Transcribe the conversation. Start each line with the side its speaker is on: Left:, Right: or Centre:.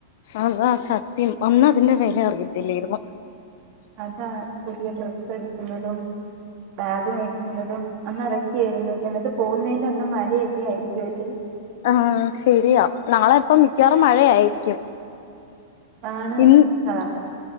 Left: അതാ സത്യം ഒന്ന് അതിന്റെ വില അറിയത്തില്ലാരുന്നു
Right: അതാ പുതിയ ഡ്രെസ്സ് എടുക്കുന്നതും ബാഗ് മേടിക്കുന്നതും അന്നതക്കയായിരുന്നു എന്നിട്ട് പോകുന്നതിന്റെ അന്ന് മഴയൊക്കെ ആയിരിക്കുവല്ലേ
Left: ആ ശരിയാ നാളെ ഇപ്പ മിക്കവാറും മഴയായിരിക്കും
Right: ആണ്
Left: ഇൻ
Right: സധാരണ